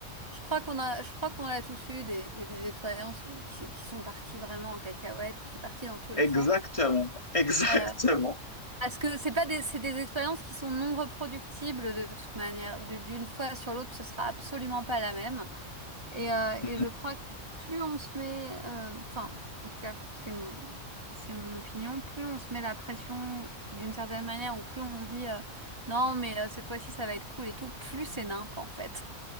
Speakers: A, on the right; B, on the left.
A: je crois qu'on a, je crois qu'on a tous eu des, des, des expériences où, qui, qui sont parties vraiment en cacahuète, où c'est parti dans tous les
B: Exactement,
A: sens.
B: <laughs> exactement.
A: Euh, Parce que c'est pas des, c'est des expériences qui sont non reproductibles de toute manière. Du- D'une fois sur l'autre, ce sera absolument pas la même. Et, euh,
B: Mhm.
A: et je crois que plus on se met, euh, enfin, en tout cas, c'est mon, c'est mon opinion, plus on se met la pression d'une certaine manière ou plus on se dit euh, non, mais euh, cette fois-ci, ça va être cool et tout, plus c'est nimp en fait.